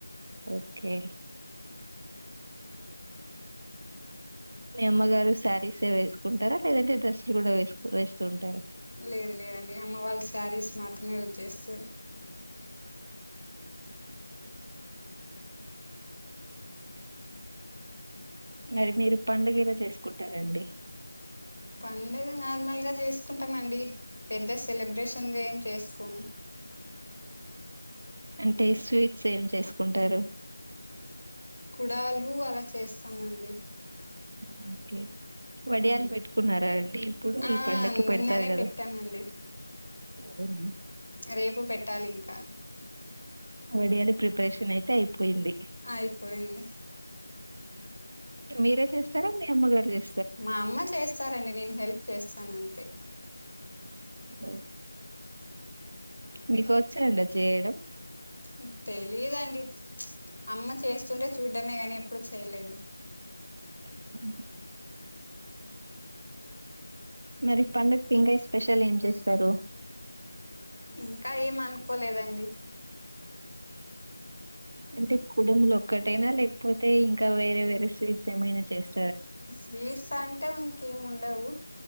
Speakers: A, on the right; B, on the left.
A: ఓకే మీ అమ్మగారు శారీసే వేసుకుంటారా లేదంటే డ్రెస్లు గూడా వేసుక్ వేస్తుంటారా
B: లేదు లేదండి అమ్మ వాళ్ళ శారీస్ మాత్రమే యుజ్ జెస్సరు
A: మరి మీరు పండుగెల చేసుకుంటారండి
B: పడుగ నార్మల్గా చేసుకుంటామండి పెద్ద సెలబ్రేషన్గా ఏం చేసుకోము
A: అంటే స్వీట్స్ ఏం చేసుకుంటారు
B: కుడాలు అలా చేస్తామండి
A: మ్మ్ కే వడియాలు
B: మ్మ్.
A: పెట్టుకున్నారా అండి ఇప్పుడు
B: ఆ
A: ఈ పండక్కి
B: నిన్ననే
A: పెడతారు గదా
B: పెట్టామండి
A: అవునా
B: రేపు పెట్టాలి ఇంకా
A: వడియాలు ప్రిపరేషన్ అయితే అయిపోయింది
B: అయిపోయింది
A: మీరే చేస్తారా మీ అమ్మగారు చేస్తారు
B: మా అమ్మ చేస్తారంండి నేను హెల్ప్ చేస్తాన్ అంతే
A: ఓ మీకొచ్చాండ్ చేయడం
B: ఉ తెలిదండి అమ్మ చేస్తుంటే చూడ్డమే గానీ ఎప్పుడు చేయలేదు
A: అ మరి పండుగ ఇంగయ్ స్పెషల్ ఏం చేస్తారు
B: ఇంకా ఏం అనుకోలేదండి
A: అంటే కుడుములు ఒక్కటైనా లేకపోతే ఇంకా వేరే వేరే స్వీట్స్ ఏమైనా చేస్
B: స్వీట్స్ అన్ టే ఇంకేముండవు.